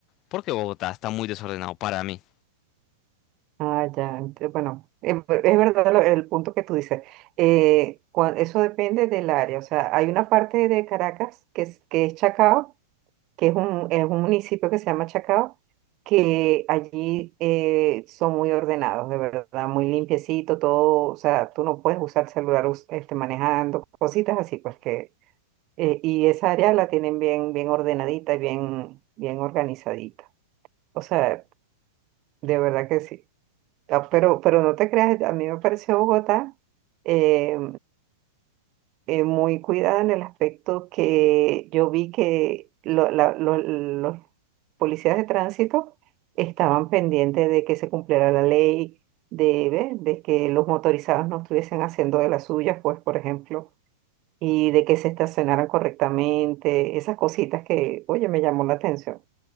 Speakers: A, on the left (about 35°); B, on the right (about 35°).
A: porque Bogotá está muy desordenado para mí.
B: Ah, ya, ent- bueno, em- es verdad lo- el punto que tú dices. Eh, cua- eso depende del área. O sea, hay una parte de Caracas que es, que es Chacao, que es un, es un municipio que se llama Chacao, que allí eh, son muy ordenados, de verdad, muy limpiecito, todo. O sea, tú no puedes usar celular us- este, manejando, cositas así, pues que. eh, y esa área la tienen bien, bien ordenadita y bien, bien organizadita. O sea, de verdad que sí. Ah, Pero, pero no te creas, a mí me pareció Bogotá eh, eh, muy cuidada en el aspecto que yo vi que lo- la- lo- los policías de tránsito estaban pendientes de que se cumpliera la ley, de, ¿ves? de que los motorizados no estuviesen haciendo de las suyas, pues, por ejemplo, y de que se estacionaran correctamente, esas cositas que, oye, me llamó la atención